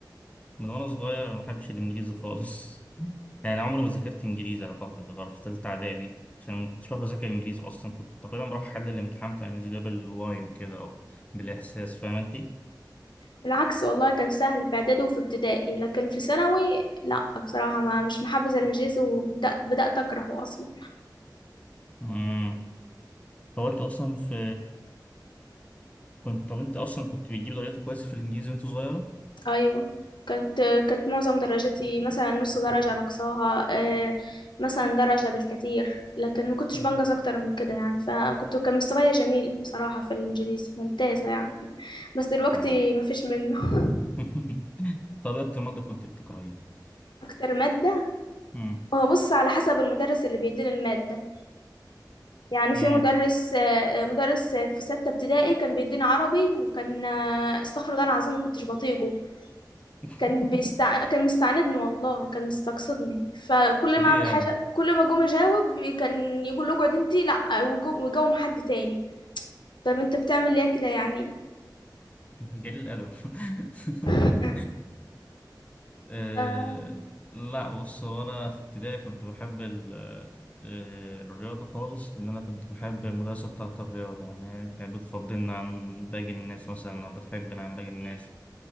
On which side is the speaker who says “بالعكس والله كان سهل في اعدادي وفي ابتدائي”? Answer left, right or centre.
Left